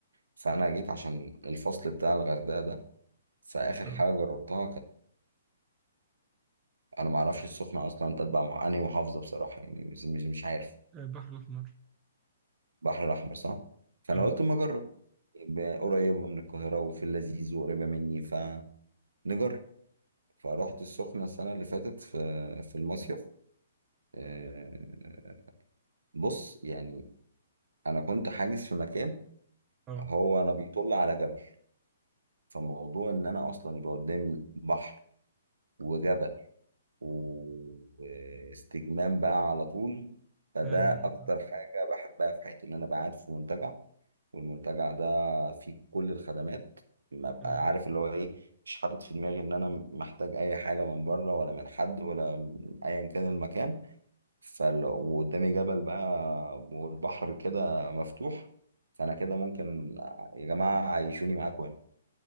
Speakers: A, on the right; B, on the right.
A: فانا جيت عشان الفصل بتاع الغردقه ده فاخر
B: آه
A: حاجه جربتها كانت انا ما اعرفش السخنه اصلا تتبع مع انهي محافظه بصراحه يعني مش مش مش عارف
B: آه، البحر الأحمر
A: البحر الاحمر صح فانا
B: آه
A: قلت اما اجرب يبقى قريبه من القاهره وفي اللذيذ وقريبه مني فنجرب فروحت السخنة السنة اللي فاتت في في المصيف آه، بص يعني أنا كنت حاجز في مكان
B: آه
A: هو أنا بيطل على جبل فموضوع إن أنا أصلا يبقى قدامي بحر وجبل و- واستجمام بقى على طول
B: فعلا
A: فده أكتر حاجة بحبها في حياتي إن أنا بقعد في منتجع والمنتجع ده فيه كل الخدمات ما بقى
B: آه آه.
A: عارف اللي هو إيه مش حاطط في دماغي إن أنا محتاج أي حاجة من بره ولا من حد ولا من أيا كان المكان فال... وقدامي جبل بقى والبحر كده مفتوح فانا كده ممكن يا جماعه عيشوني معاكم هنا